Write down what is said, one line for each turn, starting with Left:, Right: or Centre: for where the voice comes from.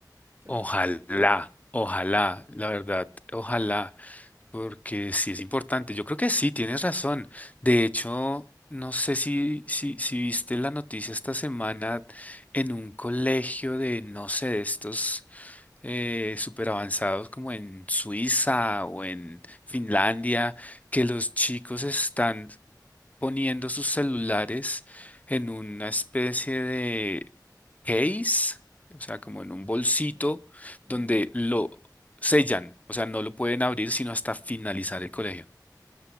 Right: ¿Qué
Left: Ojalá,
Right: opinas de eso?
Left: ojalá, la verdad, ojalá. Porque sí es importante. Yo creo que sí, tienes razón. De hecho, no sé si, si, si viste la noticia esta semana en un colegio de, no sé, de estos eh, súper avanzados como en Suiza o en Finlandia, que los chicos están poniendo sus celulares en una especie de case, o sea, como en un bolsito
Right: Sí. Ajá.
Left: donde lo sellan, o sea, no lo pueden abrir sino hasta finalizar el colegio.